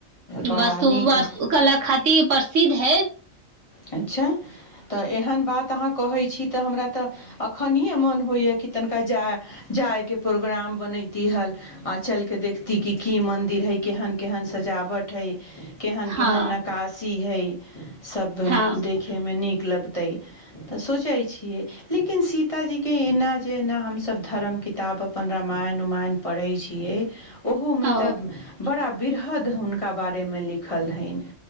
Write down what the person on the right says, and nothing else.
वस्तु
वस्तु कला खातिर प्रसिद्ध हई
हँ
हँ
ओ